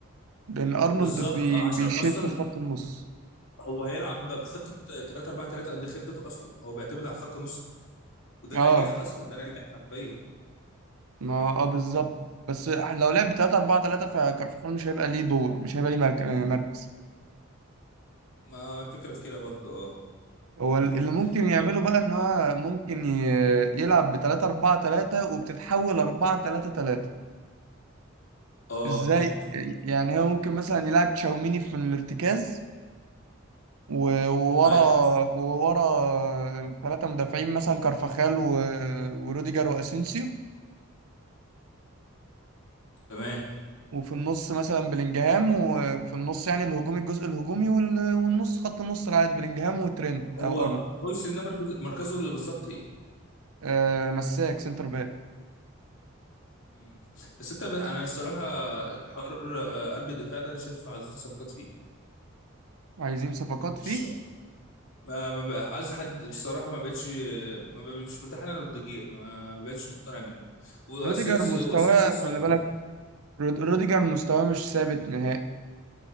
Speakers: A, on the right; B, on the left.
A: لان ارنولد
B: بالظبط
A: بي...
B: اه عشان
A: بيشيفت
B: اصلا
A: في خط النص
B: هو هيلعب بخطه 3 4 3 قد إيه خطته اصلا هو بيعتمد على خط نص وده
A: اه
B: نجاح اصلا ده نجاح حرفيا
A: ما اه بالظبط بس لو لعب 3 4 3 فكارفخال مش هيبقى ليه دور مش هيبقى ليه مرك- آه، مركز
B: ما فكره في كده برضه اه
A: هو
B: امم
A: ال- اللي ممكن يعمله
B: طب
A: بقى ان هو ممكن ي- يلعب ب 3 4 3 وبتتحول 4 3 3
B: اه
A: ازاي
B: ممكن
A: يعني هو ممكن مثلا يلعب تشاوميني في الارتكاز و- وورا
B: ايوه
A: وورا ثلاثة مدافعين مثلا كارفاخال و- وروديجر واسينسيو
B: تمام
A: وفي النص مثلا بلينجهام وفي النص يعني الهجومي الجزء الهجومي وال- والنص خط النص العادي بلينجهام وترينت
B: هو
A: او ارنولد
B: هويسن ده مركزه مركزه اللي بالظبط ايه
A: آه مساك سنتر باك
B: مم. بس انت انا الصراحه حر آه، قلب الدفاع ده انا شايف عايزين صفقات فيه
A: عايزين صفقات فيه
B: مش ما, ما بقى عايز حد الصراحه ما بقتش ما بقى مش مرتاح انا لروديجير ما, ما بقتش مقتنع بيه واسنس
A: روديجر مستواه
B: واسنسيو صعد
A: خلي بالك
B: كده
A: رود- روديجر مستواه مش ثابت نهائي